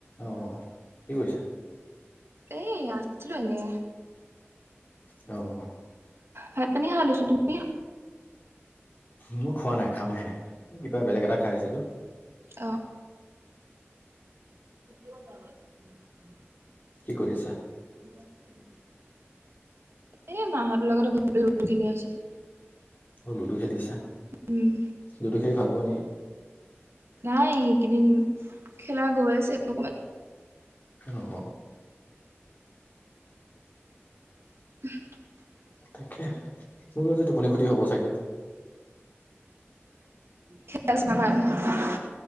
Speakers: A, on the left (about 45°); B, on the right (about 65°).
A: অ', কি কৰিছা?
B: এ আছোঁ এনে
A: অ'।
B: ভাত পানী খাই লৈছোঁ তুমি।
A: ময় খোৱা নাই কাম হে কিবা বেলেগ এটা খাই আছিলোঁ।
B: অ <inaudible>
A: কি কৰি আছা।
B: <inaudible> এ মাহঁৰ লগতে লুদু খেলি আছিলোঁ।
A: অ', লুডু খেলিছা
B: উম
A: লুডু খেলি ভাল পোৱা নেকি।
B: নাই এইকেইদিন খেলা গৈ আছে অকমান।
A: অ', অ'।
B: <unintelligible>
A: তাকে মোৰ আজি টোপনি ক্ষতি হ'ব চাগে।
B: খ আছ ম কাৰলেে <unintelligible>